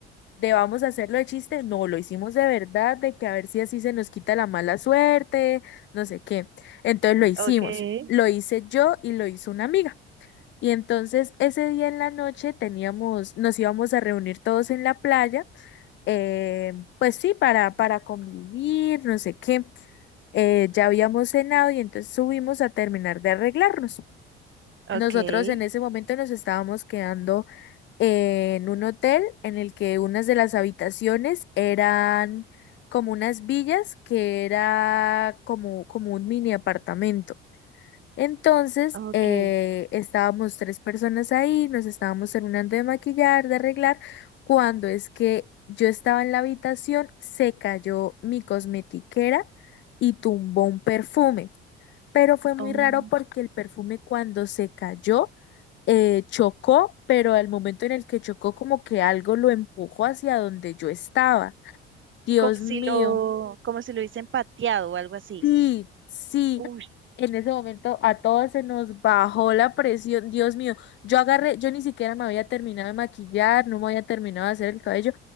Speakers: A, on the left (about 40°); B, on the right (about 40°).
A: de vamos a hacerlo de chiste, no, lo hicimos de verdad, de que a ver si así se nos quita la mala suerte, no sé qué. Entonces lo hicimos,
B: okay
A: lo hice yo y lo hizo una amiga. Y entonces ese día en la noche teníamos, nos íbamos a reunir todos en la playa, eh, pues sí, para, para convivir, no sé qué. Eh, ya habíamos cenado y entonces subimos a terminar de arreglarnos.
B: okay
A: Nosotros en ese momento nos estábamos quedando en un hotel en el que unas de las habitaciones eran como unas villas que era como, como un mini apartamento. Entonces,
B: okay
A: eh, estábamos tres personas ahí, nos estábamos terminando de maquillar, de arreglar, cuando es que yo estaba en la habitación, se cayó mi cosmetiquera y tumbó un perfume pero fue muy
B: oh
A: raro porque el perfume cuando se cayó eh, chocó, pero al momento en el que chocó como que algo lo empujó hacia donde yo estaba. Dios
B: como si
A: mío,
B: lo, como si lo hubiesen pateado o algo así.
A: sí, sí.
B: uy,
A: En ese momento a todos se nos bajó la presión. Dios mío, yo agarré, yo ni siquiera me había terminado de maquillar, no me había terminado de hacer el cabello.